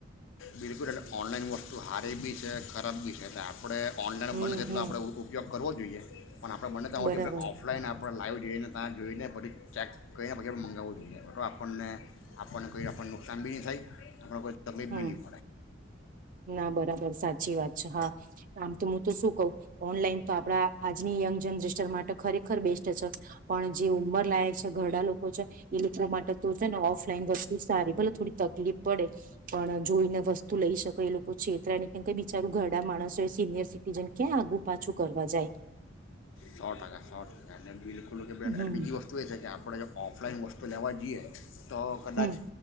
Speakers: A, on the left; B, on the right.
A: બિલકુલ એટલે ઓનલાઈન વસ્તુ હારી બી છે ખરાબ બી છે આપણે ઓનલાઈન
B: હમ
A: બને છે એટલો
B: હમ
A: આપણે ઉપયોગ કરવો જ જોઈએ. પણ આપણે બને ત્યા
B: બરાબર
A: હુધી આપણે ઓફલાઈન આપણે લાઈવ જોઈએને ત્યાં જોઈને પછી ચેક કઈને પછી આપણે મંગાવવું જોઈએ તો આપણને આપણને કોઈ આપણને નુકસાન બી નહીં થાય આપણ કોઈ તકમેફ
B: હમ
A: બીની
B: ના બરાબર સાચી વાત છે હા. આમ તો હું તો શું કવ ઓનલાઈન તો આપડા આજની યંગ જનરેશન માટે ખરેખર બેસ્ટ છે. પણ જે ઉંમર લાયક છે ઘરડા લોકો છે એ લોકો માટ તો છે ને ઓફલાઈન વસ્તુ સારી ભલે થોડી તકલીફ પડે. પણ જોઈને વસ્તુ લઈ શકે એ લોકો છેતરા ને કેમ કઈ બિચારું ઘરડા માણસ હોય સિનિયર સિટીઝન ક્યાં આગું પાછું કરવા જાય.
A: સો ટકા સો ટકા અન બિલકુલ
B: હમ
A: બીજી વસ્તુ એ છે કે આ આપણે જે ઓફલાઈન વસ્તુ લેવા જીએ તો કદાચ
B: હમ